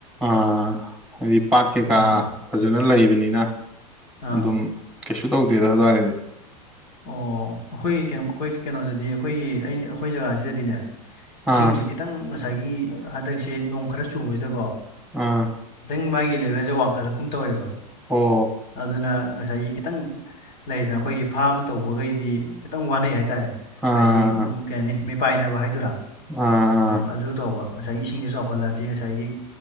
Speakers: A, in the centre; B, on the left.
A: ꯑꯥ ꯍꯥꯏꯗꯤ ꯄꯥꯠ ꯀꯩꯀꯥ
B: ꯑꯣ
A: ꯐꯖꯅ ꯂꯩꯕꯅꯤꯅ
B: ꯑꯥ
A: ꯑꯗꯨꯝ ꯀꯩꯁꯨ ꯇꯧꯗꯦꯗ ꯑꯗꯨꯋꯥꯏꯗꯗꯤ
B: ꯑꯣ ꯑꯩꯈꯣꯏ ꯑꯩꯈꯣꯏ ꯀꯩꯅꯣꯗꯗꯤ ꯑꯩꯈꯣꯏꯒꯤ ꯑꯩ ꯑꯩꯈꯣꯏ ꯖꯒꯥꯁꯤꯗꯗꯤꯅꯦ ꯏꯁꯤꯡꯁꯦ
A: ꯑꯥ
B: ꯈꯤꯇꯪ ꯉꯁꯥꯏꯒꯤ ꯍꯟꯗꯛꯁꯦ ꯅꯣꯡ ꯈꯔ ꯆꯨꯕꯁꯤꯗꯀꯣ
A: ꯑꯥ
B: ꯈꯤꯇꯪ ꯃꯥꯒꯤ ꯂꯦꯕꯦꯜꯁꯦ ꯋꯥꯡꯈꯠꯂꯛꯀꯨꯝ ꯇꯧꯋꯦꯕ
A: ꯑꯣ
B: ꯑꯗꯨꯅ ꯉꯁꯥꯏꯒꯤ ꯈꯤꯇꯪ ꯂꯩꯗꯅ ꯑꯩꯈꯣꯏꯒꯤ ꯐꯥꯝ ꯇꯧꯕꯈꯩꯗꯤ ꯈꯤꯇꯪ ꯋꯥꯅꯩ ꯍꯥꯏꯇꯥꯔꯦ
A: ꯑꯥ
B: ꯍꯥꯏꯗꯤ
A: ꯑꯥ
B: ꯀꯩ ꯍꯥꯏꯅꯤ ꯃꯤꯄꯥꯏꯅꯕ ꯍꯥꯏꯗꯣꯏꯔꯥ
A: ꯑꯥ ꯑꯥ
B: ꯎꯝ ꯑꯗꯨ ꯇꯧꯕ ꯉꯁꯥꯏꯒꯤ ꯏꯁꯤꯡꯁꯦ ꯆꯥꯎꯈꯠꯂꯗꯤ ꯉꯁꯥꯏꯒꯤ